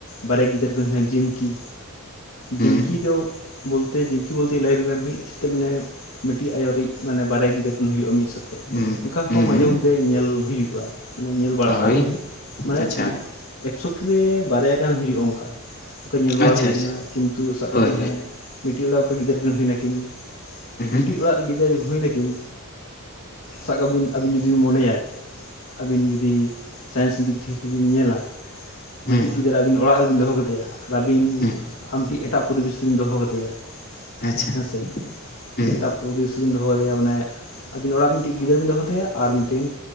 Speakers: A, on the left (about 65°); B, on the left (about 45°).
A: ᱵᱟᱨᱭᱟ ᱜᱤᱫᱟᱹᱨ ᱠᱚ ᱡᱤᱢᱠᱤ
B: ᱦᱩᱸ
A: ᱡᱷᱤᱢᱠᱤ ᱫᱚ ᱵᱚᱞᱛᱮ ᱡᱷᱤᱢᱠᱤ ᱵᱚᱞᱛᱮ ᱞᱟᱭᱵᱨᱮᱨᱤ ᱨᱮ ᱢᱤᱫ ᱥᱟᱛᱮᱜ ᱢᱟᱱᱮ ᱢᱤᱫᱴᱤᱡ ᱟᱭᱳᱤᱡ ᱢᱟᱱᱮ ᱵᱟᱨᱭᱟ ᱜᱤᱫᱟᱹᱨᱤᱱ ᱦᱩᱭᱩᱜᱼᱟ ᱢᱤᱫ ᱥᱟᱛᱮᱜ
B: ᱦᱩᱸ
A: ᱚᱱᱠᱟ
B: ᱦᱩᱸ
A: ᱦᱚᱸ ᱢᱟᱡᱷᱮ ᱢᱚᱫᱽᱫᱷᱮ ᱧᱮᱞ ᱦᱩᱭᱩᱜᱼᱟ ᱢᱟᱱᱮ ᱧᱮᱞ ᱵᱟᱲᱟᱜᱼᱟ
B: ᱦᱳᱭ
A: ᱠᱤ ᱢᱟᱱᱮ
B: ᱟᱪᱪᱷᱟ
A: ᱮᱠᱥᱚᱴᱤ ᱨᱮ ᱵᱟᱨᱭᱟ ᱟᱠᱟᱱ ᱦᱩᱭᱩᱜᱼᱟ ᱚᱱᱠᱟ ᱚᱱᱠᱟ ᱧᱮᱞ ᱵᱟᱲᱟ
B: ᱟᱪᱪᱷᱟ
A: ᱦᱩᱭ
B: ᱟᱪᱪᱷᱟ
A: ᱠᱟᱱᱟ ᱠᱤᱱᱛᱩ ᱥᱟᱵ ᱠᱟᱜ
B: ᱦᱳᱭ
A: ᱵᱤᱱ
B: ᱦᱳᱭ
A: ᱦᱮᱸ ᱢᱤᱫᱴᱤᱡ ᱚᱲᱟᱜ ᱚᱱᱠᱟ ᱜᱤᱫᱟᱹᱨ ᱠᱤᱱ ᱦᱩᱭ ᱱᱟᱠᱤᱱ
B: ᱦᱩᱸ
A: ᱢᱤᱫᱴᱤᱡ ᱚᱲᱟᱜ ᱨᱮ ᱜᱤᱫᱽᱨᱟᱹ ᱦᱩᱭ ᱱᱟᱠᱤᱱ ᱥᱟᱵ ᱟᱹᱵᱤᱱ ᱟᱹᱵᱤᱱ ᱡᱩᱫᱤᱵᱤᱱ ᱢᱚᱱᱮᱭᱟ ᱟᱹᱵᱤᱱ ᱡᱩᱫᱤ ᱥᱟᱭᱮᱱᱥ ᱫᱤᱠ ᱛᱷᱮᱠᱮ ᱵᱤᱱ ᱧᱮᱞᱟ ᱢᱤᱫᱴᱤᱡ
B: ᱦᱩᱸ
A: ᱜᱤᱫᱟᱹᱨᱟᱹ ᱟᱵᱤᱱ ᱚᱲᱟᱜ ᱨᱮᱵᱤᱱ ᱫᱚᱦᱚ ᱠᱟᱫᱮᱭᱟ ᱟᱨ ᱟᱹᱵᱤᱱ
B: ᱦᱩᱸ
A: ᱟᱢ ᱴᱮᱱ ᱮᱴᱟᱜ ᱯᱚᱨᱤᱵᱮᱥ ᱨᱮᱵᱤᱱ ᱫᱚᱦᱚ ᱠᱟᱫᱮᱭᱟ
B: ᱟᱪᱪᱷᱟ
A: ᱦᱮᱸ ᱥᱮ
B: ᱦᱩᱸ
A: ᱮᱴᱟ ᱯᱚᱨᱤᱥ ᱵᱤᱱ ᱫᱚᱦᱚ ᱟᱫᱮᱭᱟ ᱢᱟᱱᱮ ᱟᱹᱵᱤᱱ ᱚᱲᱟᱜ ᱢᱤᱫᱴᱮᱱ ᱜᱤᱫᱽᱟᱹᱨᱟᱹ ᱵᱤᱱ ᱫᱚᱦᱚ ᱟᱫᱮᱭᱟ ᱟᱨ ᱢᱤᱫᱴᱤᱱ